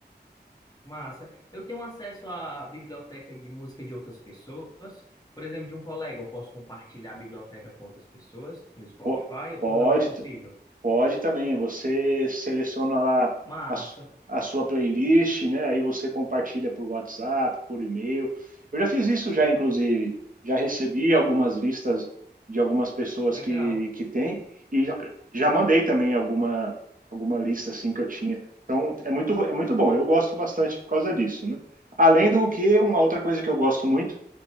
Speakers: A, on the left; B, on the right.
A: Massa. Eu tenho acesso à biblioteca de música de outras pessoas? Por exemplo, de um colega, eu posso compartilhar a biblioteca com outras pessoas no Spotify
B: Pô, pode.
A: ou não é possível?
B: Pode também, você seleciona lá
A: Massa.
B: a, su- a sua playlist, né? Aí você compartilha por WhatsApp, por e-mail. Eu já fiz isso já, inclusive. Já recebi algumas listas de algumas pessoas
A: Legal.
B: que, que têm e já, já mandei também alguma, alguma lista assim que eu tinha. Então, é muito, é muito bom. Eu gosto bastante por causa disso, né? Além do que, uma outra coisa que eu gosto muito